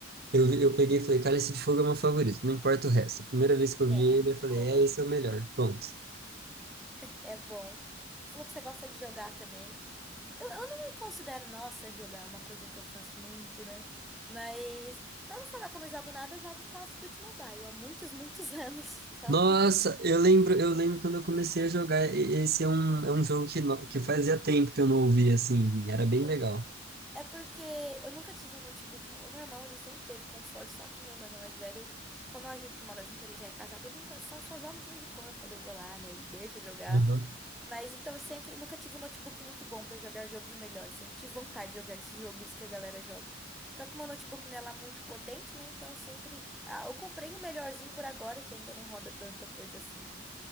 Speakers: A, on the right; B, in the centre.
A: eu,
B: Hum.
A: vi- eu peguei e falei, Cálice de Fogo é meu favorito, não importa o resto. A primeira vez que eu
B: É,
A: vi ele,
B: é muito
A: eu falei,
B: bom,
A: é,
B: meu.
A: esse é o melhor, pronto.
B: <laughs> É bom. Você falou que você gosta de jogar também. Eu, eu não me considero, nossa, jogar é uma coisa que eu faço muito, né? Mas, pra não falar que eu não jogo nada, eu jogo Call of Duty Mobile há muitos, muitos <laughs> anos. Então,
A: Nossa, eu lembro, eu lembro quando eu comecei a jogar, e- esse é um, é um jogo que, no- que fazia tempo que eu não ouvia, assim, e era bem
B: assim,
A: legal.
B: é porque eu nunca tive um notebook. O meu irmão, ele sempre teve console, só que, né, meu irmão mais velho, como a gente não mora junto, ele já é casado, eu nunca, só, só jogo de vez em quando, quando eu vou lá, né? Ele deixa eu jogar.
A: Aham.
B: Mas então eu sempre nunca tive um notebook muito bom pra jogar jogos melhores. Sempre tive vontade de jogar esses jogos que a galera joga. Só que o meu notebook não é lá muito potente, né? Então eu sempre. Ah, eu comprei o melhorzinho por agora, que ainda não roda tanta coisa assim.